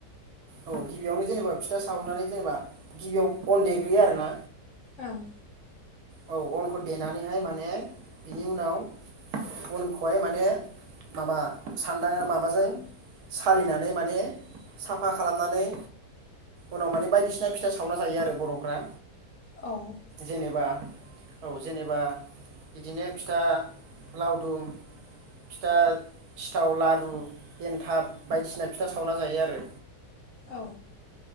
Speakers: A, on the right; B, on the left.
A: औ गिबियावनो जेनेबा फिथा सावनानै जेनेबा गिबियाव अन देग्रोयो आरो ना।
B: ओं
A: औ अनखौ देनानैहाय माने बिनि उनाव बनखौहाय माने माबा सान्दाङा माबाजों सालिनानै माने साफा खालामना फ्राय उनाव माने बायदिसिना फिथा सावना जायो आरो बर'फ्रा।
B: औ
A: जेनेबा औ जेनेबा बिदिनो फिथा लावदुम फिथा सिथाव, लारु, एनथाब बायदिसिना फिथा सावना जायो आरो
B: औ।